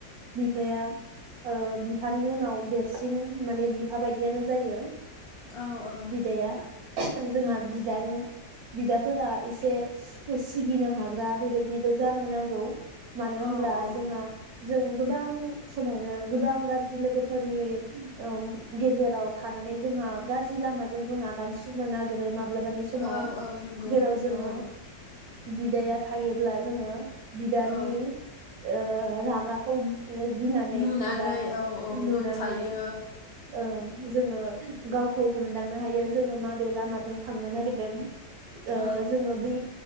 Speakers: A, on the right; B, on the left.
A: बिफाया ओ बिफानि उनाव देरसिन माने बिफा बायदियानो जायो।
B: औ औ
A: बिदाया जोंहा
B: उम,
A: बि। बिदाफोरा एसे सिगिनो हाग्रा बेबायदिबो जानो नांगौ मानो
B: औ
A: होनब्ला
B: औ
A: जोंहा जों गोबां समावनो गोबां गाज्रि लोगोफोरनि ओ गेजेराव थानानै जोंहा गाज्रि लामाजों जों आगान सुरनो नागिरो माब्लाबा। समाव
B: औ औ नंगौ
A: जेराव
B: नंगौ
A: जोङो
B: औ
A: बिदाया। थायोब्ला जोङो। बिदानि।
B: औ
A: ओ रागाखौ <unintelligible> ओ गिनानै
B: नुनानै
A: एबा
B: औ औ
A: नुनानै।
B: दबथायो
A: ओ जोङो गावखौ हमदांनो हायो जोङो माबे लामाजों थांनो नागिरदों। <unintelligible> ओ
B: औ
A: जोङो बे।